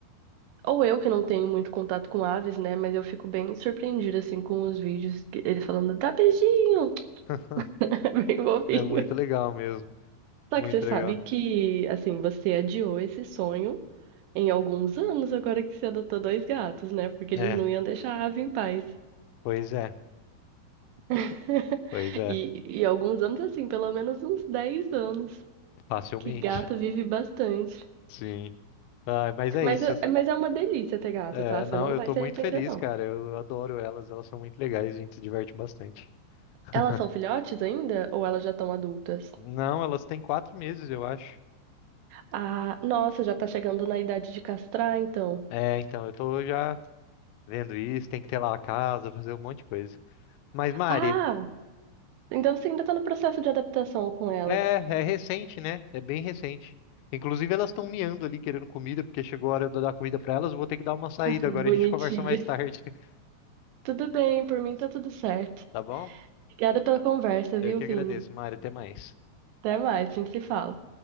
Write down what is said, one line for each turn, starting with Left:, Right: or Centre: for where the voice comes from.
Right: Ou eu que não tenho muito contato com aves, né? Mas eu fico bem surpreendida, assim, com os vídeos, que eles falando, dá beijinho,
Left: <laughs>
Right: <laughs> é bem bobinho.
Left: É muito legal mesmo.
Right: Só
Left: Muito
Right: que você sabe
Left: legal.
Right: que, assim, você adiou esse sonho em alguns anos agora que você adotou dois gatos, né? Porque
Left: É,
Right: eles não iam deixar a ave em paz.
Left: pois é,
Right: <laughs>
Left: pois é.
Right: E, e alguns anos, assim, pelo menos uns 10 anos,
Left: Facilmente.
Right: que gato vive bastante.
Left: Sim. Ah, mas é
Right: Mas,
Left: isso.
Right: é- mas é uma delícia ter gato,
Left: É,
Right: tá? Você
Left: não,
Right: não
Left: eu
Right: vai
Left: tô
Right: se
Left: muito
Right: arrepender,
Left: feliz,
Right: não.
Left: cara. Eu adoro elas, elas são muito legais, a gente se diverte bastante. <laughs>
Right: Elas são filhotes ainda ou elas já estão adultas?
Left: Não, elas têm quatro meses, eu acho.
Right: Ah, nossa, já tá chegando na idade de castrar, então.
Left: É, então, eu tô já vendo isso, tem que ter lá a casa, fazer um monte de coisa. Mas, Mari,
Right: Ah, então você ainda tá no processo de adaptação com elas.
Left: é, é recente, né? É bem recente. Inclusive, elas estão miando ali querendo comida, porque chegou a hora de eu dar comida pra elas. Eu vou ter que dar uma saída
Right: Bonitinha.
Left: agora, a gente <laughs> conversa mais tarde, <laughs>
Right: Tudo bem, por mim tá tudo certo.
Left: tá bom?
Right: Obrigada pela conversa,
Left: Eu
Right: viu,
Left: que
Right: Vini?
Left: agradeço, Mari, até mais.
Right: Até mais, a gente se fala.